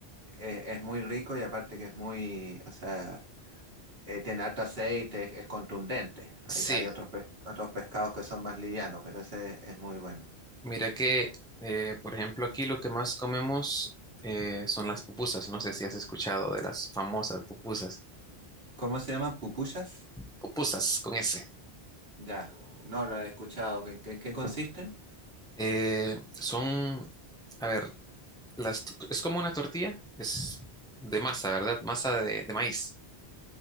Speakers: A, on the right (about 60°); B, in the centre.
A: eh, es es muy rico y aparte que es muy, o sea, eh, tiene harto aceite, es, es contundente. Hay,
B: Sí,
A: hay otros, pes- otros pescados que son más livianos, pero ese es muy bueno.
B: mira que, eh, por ejemplo, aquí lo que más comemos eh, son las pupusas. No sé si has escuchado de las famosas pupusas.
A: ¿Cómo se llaman? ¿Pupusas?
B: Pupusas con S.
A: Ya, no lo he escuchado. ¿En qué, en qué consisten?
B: Eh, son, a ver, las, t- es como una tortilla, es de masa, ¿verdad? Masa de, de maíz.